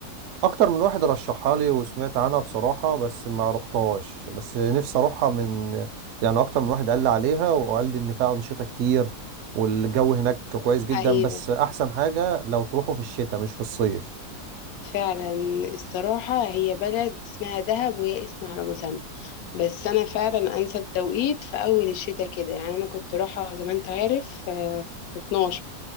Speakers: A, on the right (about 65°); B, on the left (about 70°).
A: اكتر من واحد رشحها لي وسمعت عنها بصراحة بس ما رحتهاش بس نفسي اروحها من يعني اكتر من واحد قال لي عليها وقال لي ان فيها انشطة كتير والجو هناك كويس جدا
B: أيوة
A: بس احسن حاجة لو تروحوا في الشتاء مش في الصيف
B: فعلا الصراحة هي بلد اسمها دهب وهي اسم على مسمى بس أنا فعلا أنسب توقيت في أول الشتاء كده يعني أنا كنت رايحة زي ما أنت عارف آه، في 12